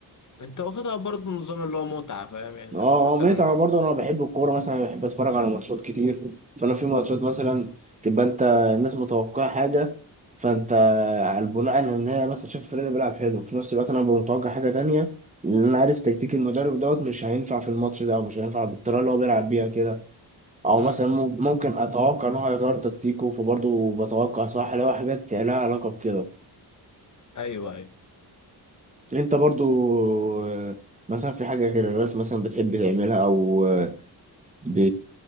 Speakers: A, on the left; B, on the right.
A: انت واخدها برضه نظام اللي هو متعة فاهم يعني
B: اه
A: اللي هو مثلا
B: اه متعه برضو انا بحب الكوره مثلا بحب اتفرج على ماتشات كتير فانا في ماتشات مثلا تبقى انت الناس متوقعه حاجه فانت على البناء على ان هي مثلا شايف الفريق ده بيلعب حلو في نفس الوقت انا ببقى متوقع حاجه تانية لان انا عارف تكتيك المدرب دوت مش هينفع في الماتش ده او مش هينفع بالطريقه اللي هو بيلعب بيها كده او
A: مم.
B: مثلا مم- ممكن اتوقع ان هو هيغير تكتيكه فبرضه بتوقع صح لو حاجات لها علاقه بكده
A: ايوه ايوه
B: انت برضه آه، مثلا في حاجه غير الرسم مثلا بتحب تعملها او آه، ب...